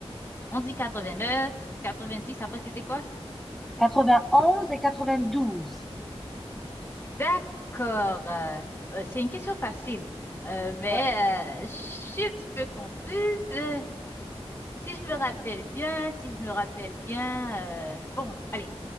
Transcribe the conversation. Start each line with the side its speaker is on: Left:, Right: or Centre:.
Left: On dit quatre-vingt-neuf, quatre-vingt-dix. après c'était quoi?
Centre: 91 et 92.
Left: D'accord. euh, euh, c'est une question facile. Euh, mais
Centre: Ouais.
Left: euh, je suis un petit peu confuse. euh, si je me rappelle bien, si je me rappelle bien, euh, bon, allez.